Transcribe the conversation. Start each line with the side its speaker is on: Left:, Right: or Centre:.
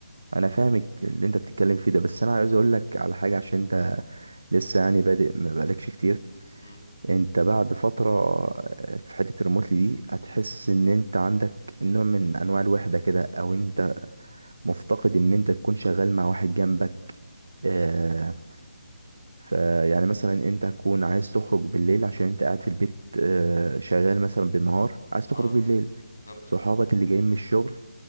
Right: انا فاهم الك- اللي انت بتتكلم فيه ده بس انا عايز اقول لك على حاجه عشان انت لسه يعني بادئ ما بقالكش كتير
Left: امم
Right: انت بعد فتره آه، في حته الريموتلي دي هتحس ان انت عندك نوع من انواع الوحده كده او انت مفتقد ان انت تكون شغال مع واحد جنبك آه
Left: امم
Right: فيعني مثلا انت تكون عايز تخرج بالليل عشان انت قاعد في البيت آه شغال مثلا بالنهار عايز تخرج
Left: اه
Right: بالليل
Left: بالظبط
Right: صحابك اللي جايين من الشغل